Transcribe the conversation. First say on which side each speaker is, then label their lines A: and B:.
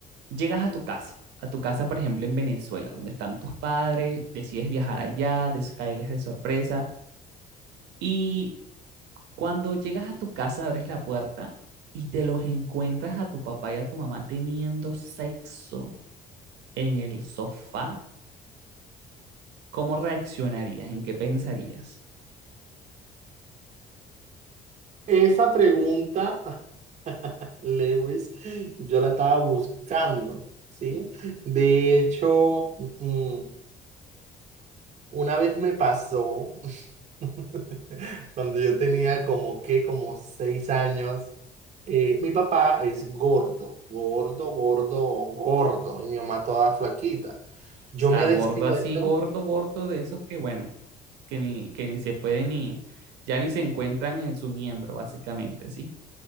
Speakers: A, on the right; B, on the right.
A: llegas a tu casa, a tu casa, por ejemplo, en Venezuela, donde están tus padres, decides viajar allá, des- caerles de sorpresa, y cuando llegas a tu casa, abres la puerta y te los encuentras a tu papá y a tu mamá teniendo sexo en el sofá, ¿cómo reaccionarías? ¿En qué pensarías?
B: Esa pregunta, <laughs> Lewis, yo la estaba buscando, ¿sí? De hecho, mm, mm, Una vez me pasó, <laughs> cuando yo tenía como que, como seis años, eh, mi papá es gordo, gordo, gordo, gordo, y mi mamá toda flaquita. Yo
A: O sea,
B: me
A: gordo
B: despierto
A: así, gordo, gordo de esos que, bueno, que ni, que ni se puede ni, ya ni se encuentran en su miembro, básicamente, ¿sí?